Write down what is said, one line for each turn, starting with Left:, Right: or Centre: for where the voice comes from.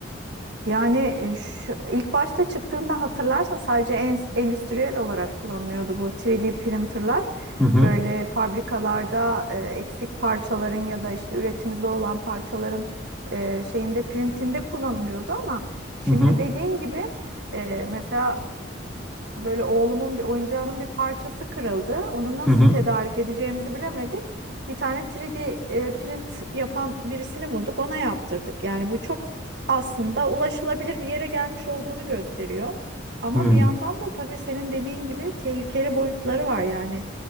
Right: Yani e, şu, ilk başta çıktığında hatırlarsan sadece en, endüstriyel olarak kullanılıyordu bu 3D printerlar.
Centre: Hı hı
Right: Böyle fabrikalarda e, eksik parçaların ya da işte üretimi zor olan parçaların e, şeyinde printinde kullanılıyordu ama şimdi
Centre: hı hı
Right: dediğin gibi e, mesela böyle oğlumun bir oyuncağının bir parçası kırıldı. Onu nasıl
Centre: hı
Right: tedarik edeceğimizi bilemedik. Bir tane 3D e, print yapan birisini bulduk. Ona yaptırdık. Yani bu çok aslında ulaşılabilir bir yere gelmiş olduğunu gösteriyor. Ama
Centre: hı
Right: bir yandan da tabii senin dediğin gibi tehlikeli boyutları var. Yani